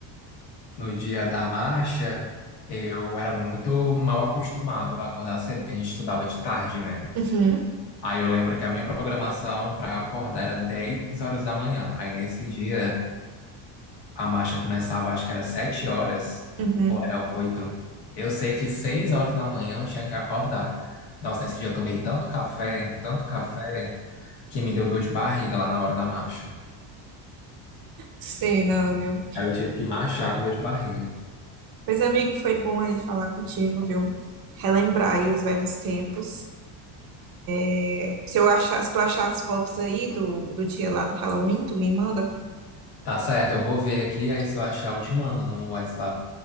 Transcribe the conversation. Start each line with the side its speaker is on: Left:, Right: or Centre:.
Left: No dia da marcha, eu era muito mal acostumado a acordar cedo, porque a gente estudava de tarde, né?
Right: Uhum,
Left: Aí eu lembro que a minha programação para acordar era 10 horas da manhã. Aí nesse dia, a marcha começava, acho que era 7 horas,
Right: uhum.
Left: ou era 8. Eu sei que 6 horas da manhã eu tinha que acordar. Nossa, nesse dia eu tomei tanto café, tanto café, que me deu dor de barriga lá na hora da marcha.
Right: Sei não, viu?
Left: Aí eu tive que marchar com dor de barriga.
Right: Mas, amigo, foi bom aí falar contigo, viu? Relembrar aí os velhos tempos. É, Se eu achar, se tu achar as fotos aí do, do dia lá do Halloween, tu me manda.
Left: Tá certo, eu vou ver aqui, aí se eu achar eu te mando no WhatsApp.